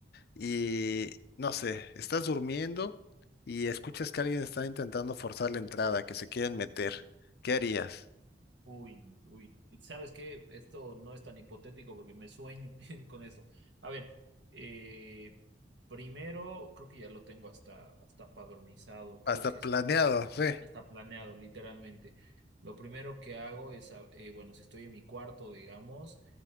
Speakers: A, on the left; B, on the right.
A: y, no sé, estás durmiendo y escuchas que alguien está intentando forzar la entrada, que se quieren meter. ¿Qué harías?
B: Uy, uy, ¿sabes qué? Esto no es tan hipotético porque me sueño <laughs> con eso. A ver, eh, primero, creo que ya lo tengo hasta, hasta padronizado. Creo
A: Hasta
B: que es
A: planeado, sí.
B: hasta planeado, literalmente. Lo primero que hago es, a- eh, bueno, si estoy en mi cuarto, digamos,